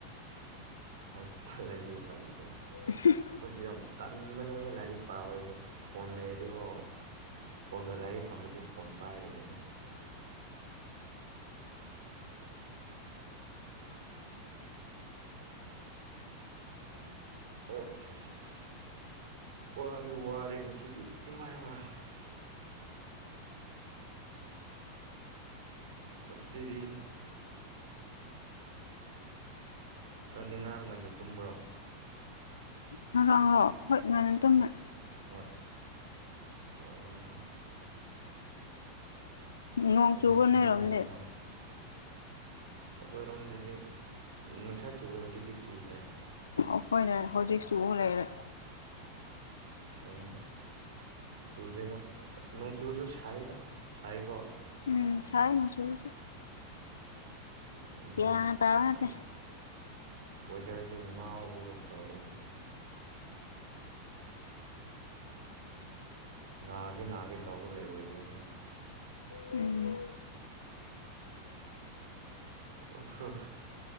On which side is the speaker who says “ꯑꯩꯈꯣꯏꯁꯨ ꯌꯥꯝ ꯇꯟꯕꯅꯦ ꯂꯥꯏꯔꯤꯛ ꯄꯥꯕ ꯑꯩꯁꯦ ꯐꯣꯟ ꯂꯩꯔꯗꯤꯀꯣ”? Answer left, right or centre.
Right